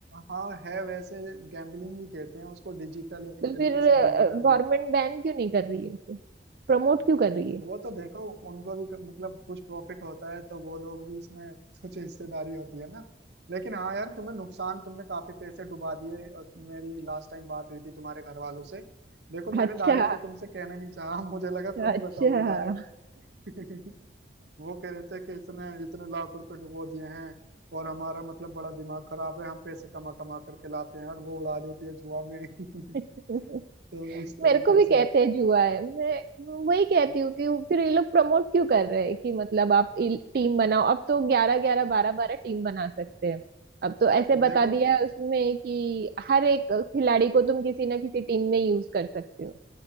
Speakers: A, on the right; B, on the right.
A: हाँ है वैसे गैम्बलिंग ही कहते हैं उसको डिजिटल एक
B: तो
A: तरीके
B: फिर
A: से डिजिटल
B: गवर्नमेंट बैन क्यों नहीं कर रही है उसे प्रमोट क्यों कर रही है
A: वो तो देखो उनको भी क- मतलब कुछ प्रॉफिट होता है तो वो लोग भी इसमें कुछ हिस्सेदारी होती है ना लेकिन हाँ यार तुम्हें नुकसान तुमने काफी पैसे डुबा दिए और मेरी लास्ट टाइम बात हुई थी तुम्हारे घर वालों से देखो मैंने
B: अच्छा
A: डायरेक्ट तो तुमसे कहना नहीं चाहा <laughs> मुझे लगा
B: अच्छा
A: तुम ही बताओगी डायरेक्ट <laughs> वो कह रहे थे कि इसने इतने लाख रुपए डुबो दिए हैं और हमारा मतलब बड़ा दिमाग खराब है हम पैसे कमा कमा करके लाते हैं और वो उड़ा देती है जुआ में <laughs>
B: <laughs>
A: तो इस तरीके
B: मेरे को भी कहते
A: से
B: हैं जुआ है मैं वही कहती हूँ कि फिर ये लोग प्रमोट क्यों कर रहे हैं कि मतलब आप टीम बनाओ अब तो ग्यारह ग्यारह बारह बारह टीम बना सकते हैं अब तो ऐसे
A: देखो
B: बता दिया है उसमें कि हर एक खिलाड़ी को तुम किसी ना किसी टीम में यूज कर सकते हो